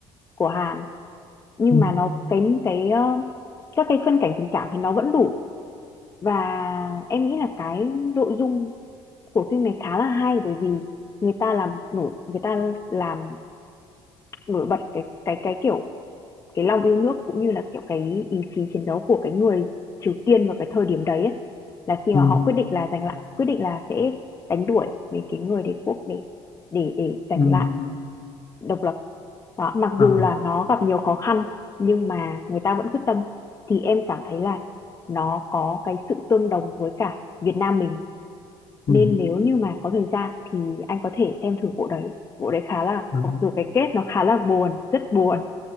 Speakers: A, on the left; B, on the left.
A: của Hàn Nhưng
B: Ừ.
A: mà nó cái cái, ơ, các cái phân cảnh tình cảm thì nó vẫn đủ. Và em nghĩ là cái nội dung của phim này khá là hay, bởi vì người ta làm nổi người ta làm nổi bật cái cái cái, kiểu, cái lòng yêu nước cũng như là, kiểu, cái ý chí chiến đấu của cái người Triều Tiên vào cái thời điểm đấy ấy, là khi
B: Ừ.
A: mà họ quyết định là giành lại quyết định là sẽ đánh đuổi mấy cái người đế quốc để để để giành
B: Ừ.
A: lại độc lập. Đó, mặc
B: Ờ.
A: dù là nó gặp nhiều khó khăn nhưng mà người ta vẫn quyết tâm thì em cảm thấy là nó có cái sự tương đồng với cả Việt Nam mình nên
B: Ừ.
A: nếu như mà có thời gian thì anh có thể xem thử bộ đấy. Bộ đấy khá là
B: Ừ.
A: mặc dù cái kết nó khá là buồn, rất buồn